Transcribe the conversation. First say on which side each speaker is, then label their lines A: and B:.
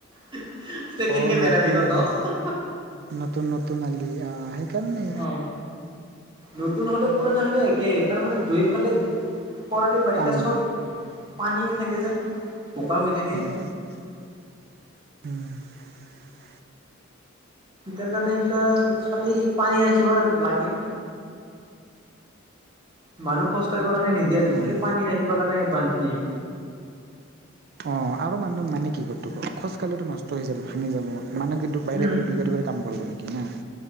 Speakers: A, on the right (about 25°); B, on the right (about 50°).
A: <unintelligible>
B: অ নতুন আলি নতুন নতুন আলি সেইকাৰণে
A: অ' নতুন হ'লেও পুৰণা হলেও একেই, তাৰমানে দুয়োফালে খৰালি, বাৰিষা
B: পানী
A: চব পানীয়ে থাকে যে বোকা হৈ থাকে।
B: উম'। হুম'।
A: তাৰ কাৰণে এইগিলা খালি পানী ৰাখিব লাগে। মানুহ খোজ কাঢ়িব কাৰণে নিদিয়ে নেকি?
B: উম
A: খালি পানী ৰাখিব কাৰণে বান্ধি দিয়ে।
B: অঁ, আৰু মানুহ মানে কি <unintelligible> খোজকাঢ়িলেতো নষ্ট হৈ যাব, ভাঙি যাব। মানুহ কি দু বাইৰে
A: উম,
B: বাইৰে দুই বাৰ বাৰে কাম কৰিব নেকি না?